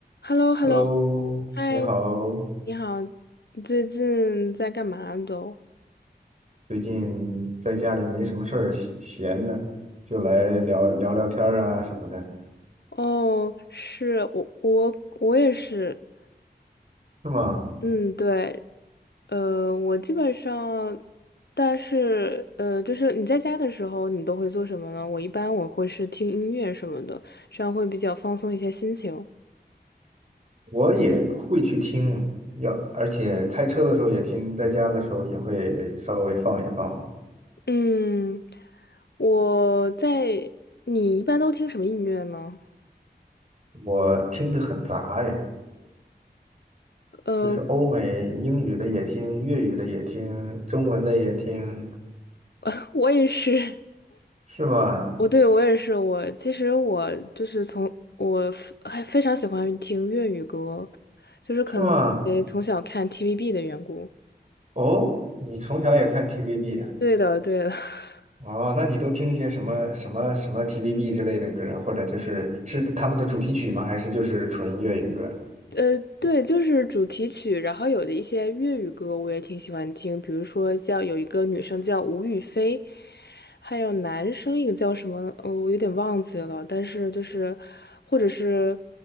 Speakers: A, on the left (about 75°); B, on the right (about 45°).
A: h e l l o h
B: Hello，
A: e l l o 嗨，
B: 你好，
A: 你好，你最近在干嘛都？
B: 最近在家里没什么事儿，闲闲的就来聊聊聊天儿啊什么的，
A: 哦，是我，我我也是，
B: 是吗？
A: 嗯，对，呃，我基本上，但是呃，就是你在家的时候，你都会做什么呢？我一般我会是听音乐什么的，这样会比较放松一些心情。
B: 我也会去听，要，而且开车的时候也听，在家的时候也会稍微放一放。
A: 嗯，我在，你一般都听什么音乐呢？
B: 我听得很杂哎，
A: 呃，
B: 就是欧美英语的也听，粤语的也听，中文的也听，
A: <laughs> 我也是。
B: 是吗？
A: 我对我也是，我其实我就是从我非还非常喜欢听粤语歌，就是可能因为从小看
B: 是吗？
A: TVB 的缘故。
B: 哦，你从小也看 TVB 啊？
A: 对的，对的。<laughs>
B: 哦，那你都听一些什么什么什么 TVB 之类的歌啊，或者就是是他们的主题曲吗？还是就是纯粤语歌？
A: 呃，对，就是主题曲，然后有的一些粤语歌我也挺喜欢听，比如说叫有一个女生叫吴雨霏，还有男生一个叫什么，呃我有点忘记了，但是就是或者是